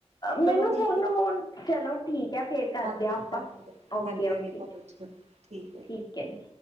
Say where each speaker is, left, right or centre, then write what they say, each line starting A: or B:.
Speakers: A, on the left; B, on the right.
A: ਮੈਨੂੰ
B: ਚਲੋ ਠੀਕ
A: ਹੁਣ
B: ਹੈ,
A: ਹੁਣ ਚਲੋ ਠੀਕ ਹੈ ਫੇਰ ਕਰਦੇ
B: ਹਜੀ
A: ਆਪਾਂ
B: ਹਾਂ,
A: ਓਕੇ
B: ਹਾਂਜੀ
A: ਓਕੇ
B: ਅਗਲੀ ਕਾਲ 'ਚ ਠੀਕ ਹੈ।
A: ਠੀਕ ਹੈ, ਜੀ